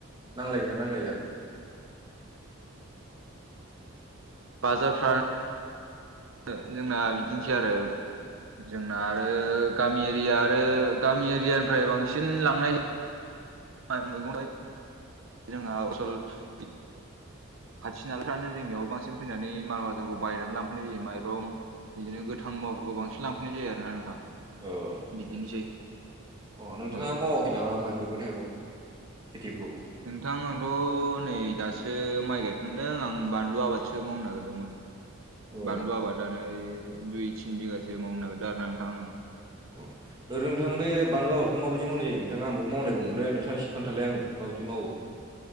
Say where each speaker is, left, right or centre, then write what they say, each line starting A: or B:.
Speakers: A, on the right; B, on the right.
A: नांलायगोना नांलाया जाखो?
B: बाजारफ्रा ओ जोंना बिदिनोसै आरो जोंना आरो गामि एरिया आरो गामि एरियानिफ्राय बांसिन लांनाय जायो बाय मैगंथाइ जोंहा असल ब
A: <unintelligible>
B: खाथि नलाफ्रानो जोंनियाव बांसिन फैनानै मान आाथाखौ बायनानै लांफैनाय जायो। माइरं बिदिनो गोथां मुवाफोरखौ बांसिन लांफैनाय जायो आरोोना नोंथां
A: औ नोंथां
B: बिदिनोसै।
A: अ नोंथाङा
B: औ
A: मावाखै नामा ओमफ्राय मैगं थायगंफोरखौ खेथिफोरखौ?
B: नोंथां आंथ' नै दासो माइ गायखांदों आं बानलु आबादसो मावनो नागिरदोंमोन।
A: अ
B: बानलु आबादानो दुइ तिन बिगासो मावनो नागिरदों आरो ना नोंथां आङो।
A: उम ओरै नोंथां बे बानलु आबादखौ माबायदि मावनाय जायो नोंथां आंबो मावनायांगौमोनलै नोंथाङा एसे खोनथालाय आंनो। मादि मावो?